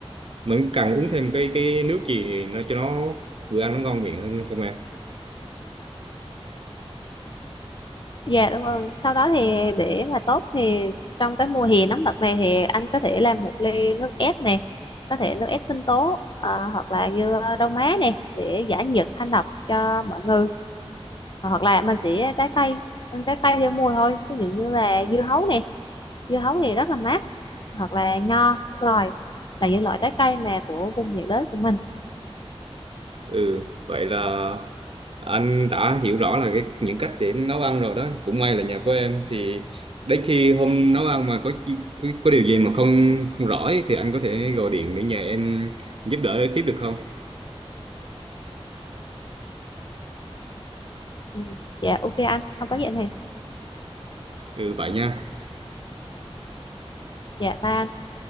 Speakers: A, on the right; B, on the left.
A: mình cần uống thêm cái cái nước gì nó cho nó vừa ăn nó ngon miệng hơn không em
B: dạ đúng rồi sau đó thì để mà tốt thì trong cái mùa hè nóng đợt này thì anh có thể làm một ly nước ép nè có thể nước ép sinh tố ờ, hoặc là như ờ, rau má nè để giải nhiệt thanh độc cho mọi người hoặc là mình sẽ trái cây ăn trái cây theo mùa thôi ví dụ như là dưa hấu nè dưa hấu thì rất là mát hoặc là nho xoài là những loại trái cây mà của vùng nhiệt đới của mình
A: ừ vậy là anh đã hiểu rõ là cái những cách để nấu ăn rồi đó cũng may là nhờ có em thì đấy khi hôm nấu ăn mà có chi- có có điều gì mà không không rõ ấy, thì anh có thể gọi điện để nhờ em giúp đỡ tiếp được không
B: ừ. dạ ok anh không có gì anh Hiền
A: ừ vậy nha
B: dạ ba anh.